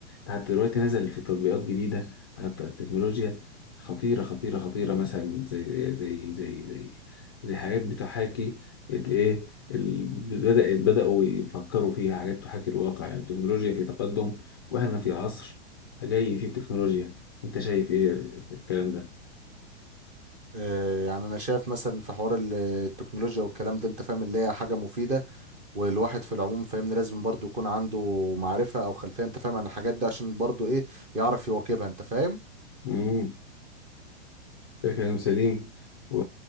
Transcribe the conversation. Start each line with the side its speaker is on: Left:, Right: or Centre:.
Left: حتى دلوقتي نزل في تطبيقات جديدة على الت- التكنولوجيا خطيرة خطيرة خطيرة مثلا زي زي زي زي زي حاجات بتحاكي الايه ال- بدأت بدأوا يفكروا فيها حاجات تحاكي الواقع يعني التكنولوجيا في تقدم واحنا في عصر جاي فيه التكنولوجيا انت شايف ايه في الكلام ده؟
Right: آه، يعني انا شايف مثلا في حوار ال- آه، التكنولوجيا والكلام ده انت فاهم اللي هي حاجه مفيده والواحد في العموم فاهمني لازم برضو يكون عنده معرفة او خلفية انت فاهم عن الحاجات دي عشان برضو ايه يعرف يواكبها انت فاهم
Left: مم. ده كلام سليم و...